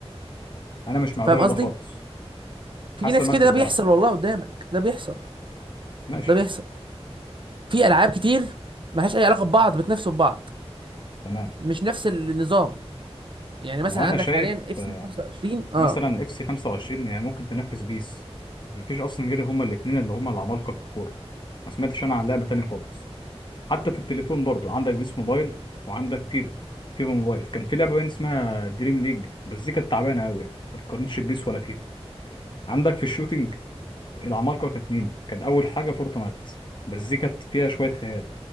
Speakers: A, on the left; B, on the right.
A: انا مش مع
B: فاهم
A: الرأي
B: قصدي
A: ده خالص
B: في
A: حسب
B: ناس
A: ما
B: كده
A: انت
B: ده
A: بتلعب
B: بيحصل والله قدامك ده بيحصل
A: ماشي
B: ده بيحصل في العاب كتير ملهاش اي علاقه ببعض بتنافسوا ببعض
A: تمام
B: مش نفس النظام يعني مثلا
A: ما هو
B: عندك
A: انا شايف
B: حاليا اف
A: آه،
B: سي 25 اه
A: مثلا اف سي 25 هي ممكن تنافس بيس مفيش اصلا غير هما الاثنين اللي هما العمالقه في الكوره ما سمعتش انا عن لعبه تانية خالص حتى في التليفون برضو عندك بيس موبايل وعندك فيفا فيفا موبايل كان في لعبه باين اسمها دريم ليج بس دي كانت تعبانه قوي ما تقارنش بيس ولا فيفا عندك في الشوتينج العمالقه كانت مين كان اول حاجه فورتنايت بس دي كانت فيها شويه خيال